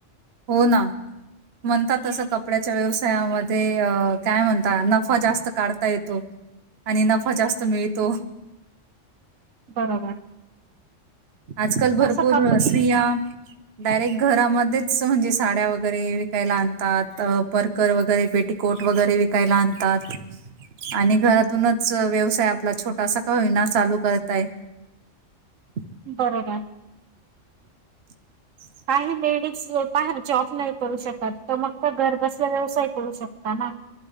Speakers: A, on the right (about 55°); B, on the right (about 75°).
A: हो ना. म्हणतातसं कपड्याच्या व्यवसायामध्ये अ काय म्हणता नफा जास्त काढता येतो. आणि नफा जास्त मिळतो.
B: बरोबर.
A: आजकाल भरपूर
B: तसं काप
A: स्त्रिया डायरेक्ट घरामध्ये आस म्हणजे साड्या वगैरे विकायला आणतात पर्कर वगैरे पेटिकोट वगैरे विकायला आणतात, तात. आणि घरातूनच व्यवसाय आपला छोटासा का होईना चालू करताय. <inaudible>
B: बरोबर.
A: <inaudible>
B: काही लेडीज बाहेर जॉब नाही करू शकत तर मग तर घरबसल्या व्यवसाय करू शकता ना.